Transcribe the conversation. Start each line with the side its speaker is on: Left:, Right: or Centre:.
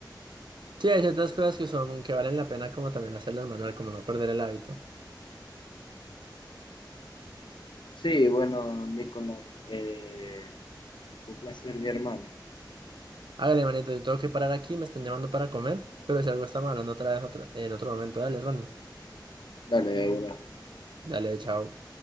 Right: Sí, hay ciertas cosas que son, que valen la pena como también hacerlas manual, como no perder el hábito.
Left: Sí, bueno, Nicolás, eh, fue un placer, mi hermano.
Right: Hágale, manito, yo tengo que parar aquí, me están llamando para comer, pero si algo estamos hablando otra vez otra, en otro momento, dale, Ronnie.
Left: Dale, de una.
Right: Dale, chao.